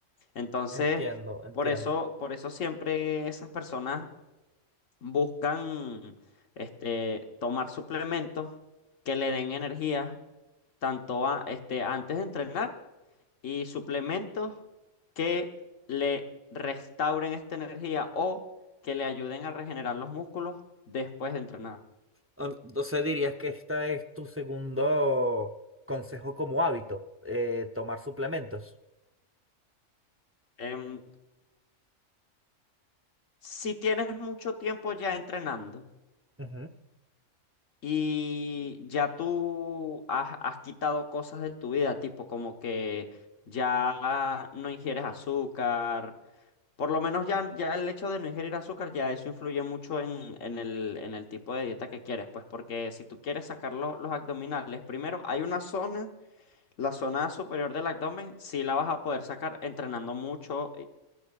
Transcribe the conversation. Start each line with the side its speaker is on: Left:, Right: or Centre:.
Left: Entonces,
Right: Entiendo, entiendo.
Left: por eso, por eso siempre esas personas buscan este, tomar suplementos que le den energía, tanto a- este, antes de entrenar, y suplementos que le restauren esta energía o que le ayuden a regenerar los músculos después de entrenar.
Right: O- Entonces dirías que esta es tu segundo consejo como hábito, eh, tomar suplementos.
Left: Em, si tienes mucho tiempo ya entrenando,
Right: Ujú.
Left: Y ya tú has, has quitado cosas de tu vida, tipo como que ya no ingieres azúcar. Por lo menos ya, ya el hecho de no ingerir azúcar, ya eso influye mucho en, en el, en el tipo de dieta que quieres. Pues porque si tú quieres sacar lo- los abdominales, primero hay una zona, la zona superior del abdomen, sí la vas a poder sacar entrenando mucho